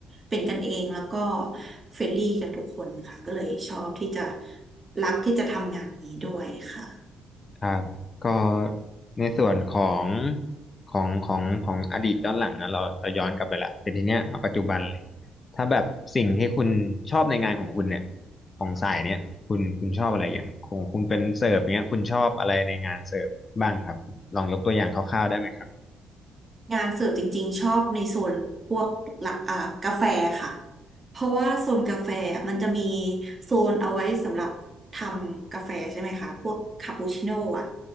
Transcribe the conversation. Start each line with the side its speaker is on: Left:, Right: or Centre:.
Right: เป็นกันเองแล้วก็เฟรนลี่กันทุกคนค่ะก็เลยชอบที่จะรักที่จะทำงานนี้ด้วยค่ะ
Left: ครับก็ในส่วนของของของของอดีตย้อนหลังนะเราเราย้อนกลับไปละแต่ทีเนี้ยเอาปัจจุบันเลยถ้าแบบสิ่งที่คุณชอบในงานของคุณเนี่ยของสายเนี้ยคุณคุณชอบอะไรอย่างของคุณเป็นเสิร์ฟอย่างเงี้ยคุณชอบอะไรในงานเสิร์ฟบ้างครับลองยกตัวอย่างคร่าวๆได้ไหมครับ
Right: งานเสิร์ฟจริงๆชอบในโซนพวกละอ่ากาแฟค่ะ เพราะว่าโซนกาแฟมันจะมีโซนเอาไว้สำหรับทำกาแฟใช่ไหมคะพวกคาปูชิโน่อะ